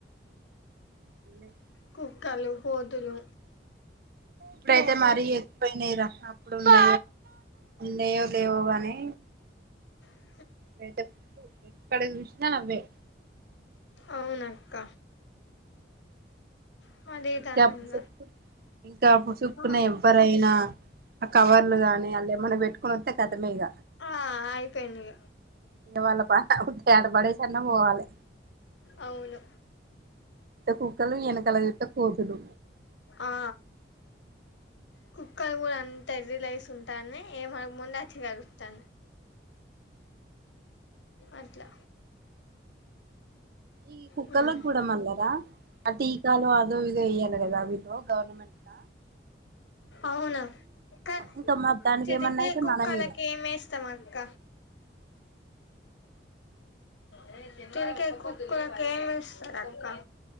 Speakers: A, on the right; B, on the left.
A: ఉన్నాయి.
B: కుక్కలు పోదులు
A: ఇప్పుడైతే మరీ ఎసిపోయినాయిరా అప్పుడు న నేవు లేవుగాని
B: అ
A: బైటప్పుడు ఎక్కడ చూసినా అవ్వే
B: అవునక్క <inaudible> మదేదానంగా
A: ఇంకా అప్పు చు ఇంకా అప్పు చుక్కన
B: ఆ
A: ఎవ్వరైనా ఆ కవర్లు గానీ అల్ల ఏమన్నా పెట్టుకు. క్రొత్త కతమే ఇగ
B: ఆ అయిపొయిందిగ
A: ఇళ వాళ్ళ పాట హుద్ <unintelligible> పడేసన్న పోవాలె
B: అవును
A: కుక్కలు ఎనకల <inaudible> పోదులు
B: ఆ కుక్కది కూడా అన్ తెర్రి లేసి ఉంటాన్నాయ్ ఏమ ముందాచి కలుగుతాను అట్ల
A: ఈ కుక్కలకి
B: హ్మ్
A: గూడా మళ్లరా ఆ టీకాలో అదో ఇదో ఎయ్యాలి గదా వీళు గవర్నమెంట్ల
B: అవునా కన్
A: ఇంకా దానికేమన్నయితే
B: చిరిగే కుక్కలకి
A: మనం ఇగ
B: ఏమేస్తాం అక్క <inaudible> తిరికే కుక్కలకి ఏమేస్తారు అక్క